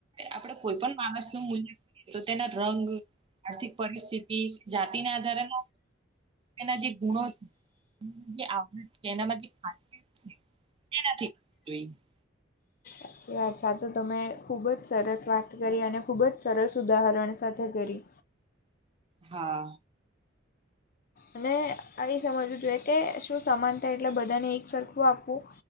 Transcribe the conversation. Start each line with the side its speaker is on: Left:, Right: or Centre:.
Right: આપડે કોઈ પણ માણસ નું મૂલ્ય તો તેના રંગ આર્થિક પરિસ્થિતિ જાતીના આધારે ન. એના જે ગુણો છે એ જે <unintelligible> આ આવડત છે એનામાંથી. હા તી જ છે એનાથી જોઈ <unintelligible>
Left: <unintelligible> તો તમે ખૂબ જ સરસ વાત કરી અને ખૂબ જ સરસ ઉદાહરણ સાથે કર્યું
Right: હા.
Left: અને અઇ સમજવું જોઈએ કે શું સમાનતા એટલે બધાને એક સરખું આપવું.